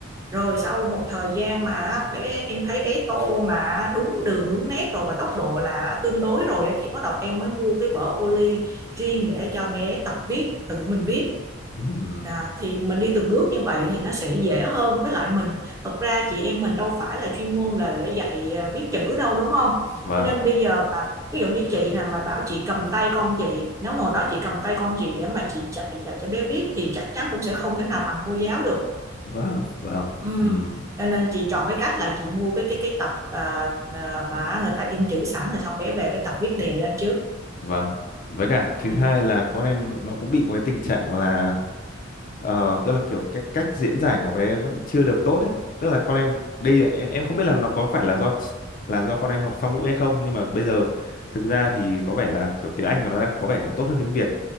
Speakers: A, on the right; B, on the left.
A: rồi sau một thời gian mà bé em thấy bé tô mà đúng đường đúng nét rồi và tốc độ là tương đối rồi á, thì bắt đầu em mới mua cái vở ô ly riêng để cho bé tập viết tự mình viết
B: ừ ừ.
A: À, thì mình đi từng bước như vậy thì nó sẽ dễ hơn với lại mình thật ra chị em mình đâu phải là chuyên môn là để dạy à, viết chữ đâu đúng không
B: vâng
A: cho nên bây giờ mà ví dụ như chị nè mà bảo chị cầm tay con chị nếu mà hồi đó chị cầm tay con chị để mà chị dạy dạy cho bé viết thì chắc chắn cũng sẽ không thể nào bằng cô giáo được
B: vâng vâng
A: Ừ.
B: ừm,
A: Cho nên chị chọn cái cách là chị mua cái cái cái tập à, à, mà người ta in chữ sẵn rồi xong bé về với tập viết đề lên trước.
B: vâng với cả thứ
A: Ừ.
B: hai là con em nó cũng bị một cái tình trạng là ờ, tức là kiểu cái cách diễn giải của bé vẫn chưa được tốt ấy tức là con em đây là- em em không biết là nó có phải là do là do con em học song ngữ hay không nhưng mà bây giờ thực ra thì có vẻ là kiểu tiếng Anh của nó đang có vẻ là tốt hơn tiếng Việt